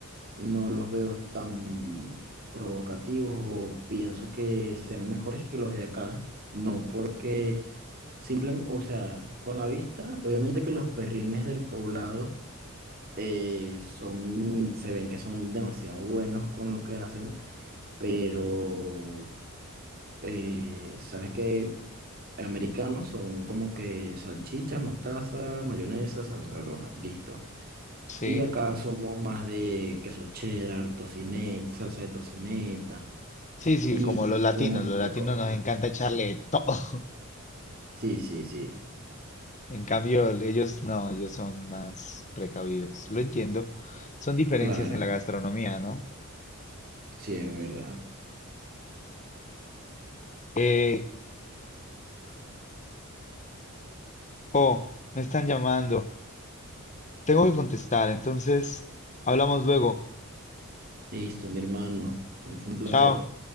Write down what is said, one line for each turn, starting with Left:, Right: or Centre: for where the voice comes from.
Right: no los veo tan provocativos o pienso que sean mejores que los de acá. No, porque simplemente, o sea, con la vista, obviamente que los perrines del poblado eh, son, se ven que son demasiado buenos con lo que hacen, pero eh, sabes que americanos son como que salchicha, mostaza, mayonesa, salsa roja, listo.
Left: Sí,
Right: Y acá somos más de queso cheddar, tocineta, salsa de tocineta
Left: sí, sí,
Right: y
Left: como los latinos.
Right: un montón
Left: Los
Right: de
Left: latinos
Right: cosas.
Left: nos encanta echarle de todo.
Right: Sí, sí, sí.
Left: En cambio, ellos no, ellos son más precavidos. Lo entiendo. Son diferencias
Right: Claro,
Left: en la gastronomía, ¿no?
Right: sí, es verdad.
Left: Eh, oh, me están llamando. Tengo que contestar, entonces hablamos luego.
Right: Listo, mi hermano. Fue un placer.
Left: Chao.